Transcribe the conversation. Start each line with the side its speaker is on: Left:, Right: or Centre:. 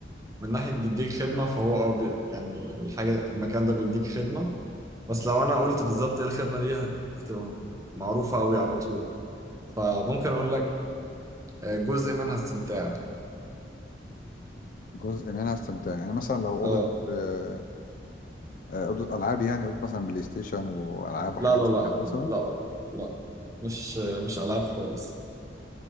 Right: من ناحية بيديك خدمة فهو اه بي- يعني الحاجة المكان ده بيديك خدمة بس لو انا قلت بالظبط ايه الخدمه دي هت- هتبقى معروفه قوي على طول فممكن اقول لك آه، جزء منها استمتاع
Left: جزء منها استمتاع يعني مثلا لو أوضة
Right: اه
Left: آه، آه، أوضة ألعاب يعني أوضة مثلا بلاي ستيشن وألعاب وحاجات
Right: لا لا لا
Left: زي كده مثلا
Right: لا لا لا مش آه، مش العاب خالص